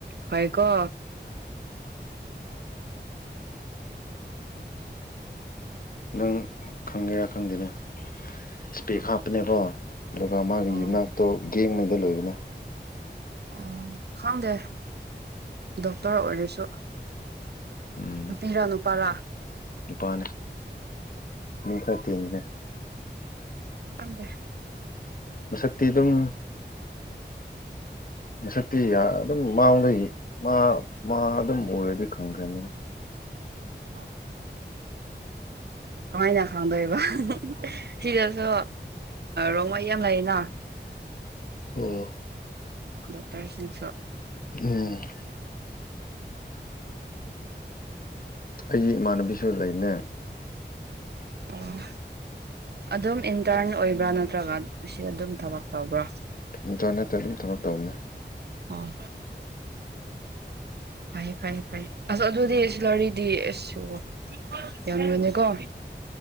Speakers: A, on the right; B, on the left.
A: ꯐꯏꯀꯣ
B: ꯅꯪ ꯈꯪꯒꯦꯔꯥ ꯈꯪꯗꯦꯅꯦ ꯏꯁꯄꯦꯛ ꯍꯥꯞꯄꯅꯦꯀꯣ ꯑꯗꯨꯒ ꯃꯥꯒꯤ
A: ꯑꯣ
B: ꯌꯨꯝꯅꯥꯛꯇꯣ ꯒꯦꯡꯉꯩꯗ ꯂꯣꯏꯕꯅꯦ
A: ꯑꯣ ꯈꯪꯗꯦ ꯗꯣꯛꯇꯔ ꯑꯣꯏꯔꯁꯨ
B: ꯎꯝ
A: ꯅꯨꯄꯤꯔꯥ ꯅꯨꯄꯥꯔꯥ
B: ꯅꯨꯄꯥꯅꯦ ꯃꯤ ꯈꯔ ꯇꯦꯟꯕꯅꯦ
A: ꯈꯪꯇꯦ
B: ꯃꯁꯛꯇꯤ ꯑꯗꯨꯝ ꯃꯁꯛꯇꯤ ꯑꯗꯨꯝ ꯃꯉꯣꯟꯗ ꯃꯥ ꯃꯥ ꯑꯗꯨꯝ ꯎꯔꯗꯤ ꯈꯪꯈ꯭ꯔꯅꯤꯅ
A: ꯍꯥꯎ <unintelligible> ꯀꯃꯥꯏꯅ ꯈꯪꯗꯣꯏꯕ ꯁꯤꯗꯁꯨ ꯔꯣꯡꯃꯩ ꯌꯥꯝ ꯂꯩꯔꯤꯅ
B: ꯑꯣ
A: ꯗꯣꯛꯇꯔꯁꯤꯡꯁꯨ
B: ꯎꯝ ꯑꯩꯒꯤ ꯏꯃꯥꯟꯅꯕꯤꯁꯨ ꯂꯩꯅꯦ
A: ꯑꯣ ꯑꯗꯨꯝ ꯏꯟꯇꯔꯟ ꯑꯣꯏꯕ꯭ꯔꯥ ꯅꯠꯇ꯭ꯔꯒ ꯁꯤ ꯑꯗꯨꯝ ꯊꯕꯛ ꯇꯧꯕ꯭ꯔꯥ
B: ꯏꯟꯇꯔꯟ ꯅꯦꯠꯇ ꯑꯗꯨꯝ ꯊꯕꯛ ꯇꯧꯕꯅꯦ
A: ꯑꯣ ꯐꯩ ꯐꯩꯌꯦ ꯐꯩ ꯑꯁ ꯑꯗꯨꯗꯤ ꯁꯤꯂꯔꯤꯗꯤ ꯑꯗꯨꯝ ꯌꯥꯝꯒꯅꯤꯀꯣ